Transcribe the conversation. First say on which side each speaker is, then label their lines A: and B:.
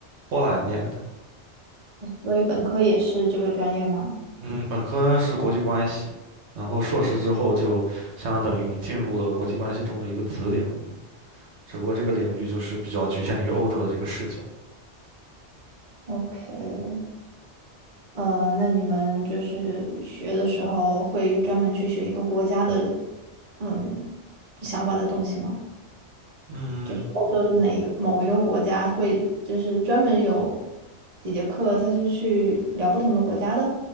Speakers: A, on the right (about 70°); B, on the right (about 35°).
A: 波兰念的。
B: 所以本科也是这个专业吗
A: 嗯，本科是国际关系，然后硕士之后就相当于你进入了国际关系中的一个子领域，只不过这个领域就是比较局限于欧洲的这个视角。
B: ？OK，呃，那你们就是学的时候会专门去学一个国家的，嗯，相关的东西吗？
A: 嗯。
B: 就是欧洲的哪一个某一个国家会，就是专门有几节课，他是去聊不同的国家的。